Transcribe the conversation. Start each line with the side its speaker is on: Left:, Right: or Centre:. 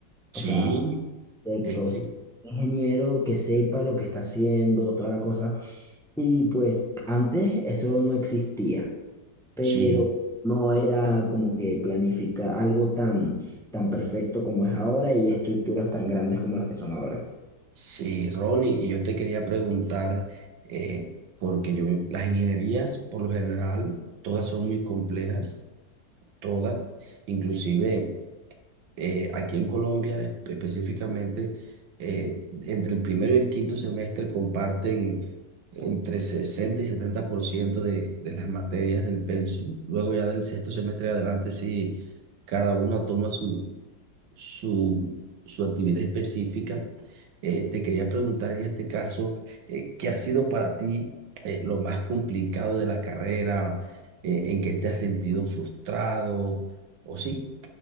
Centre: O
Right: Sí,
Centre: sea, proyectos,
Right: es que
Centre: ingeniero que sepa lo que está haciendo, toda la cosa. Y pues antes eso no existía, pero
Right: sí,
Centre: no era como que planifica algo tan, tan perfecto como es ahora y estructuras tan grandes como las que son ahora.
Right: sí, Ronnie, y yo te quería preguntar, eh, porque yo, vi- las ingenierías por lo general, todas son muy complejas, todas, inclusive. eh, aquí en Colombia espe- específicamente, eh, entre el primero y el quinto semestre comparten entre 60 y 70% de, de las materias del pensum. Luego ya del sexto semestre en adelante, sí, cada uno toma su, su, su actividad específica. Eh, te quería preguntar en este caso, eh, ¿qué ha sido para ti eh, lo más complicado de la carrera? Eh, ¿en qué te has sentido frustrado? ¿O sí?